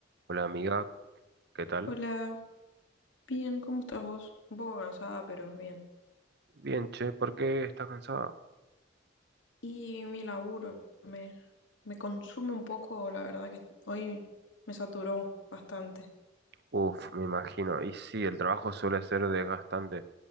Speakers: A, on the right; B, on the left.
A: Hola amiga, ¿qué tal?
B: Hola, bien, ¿cómo estás vos? Un poco cansada, pero bien.
A: Bien, che, ¿por qué estás cansada?
B: Y mi laburo me, me consume un poco, la verdad que hoy me saturó bastante.
A: Uf, me imagino. Y sí, el trabajo suele ser desgastante.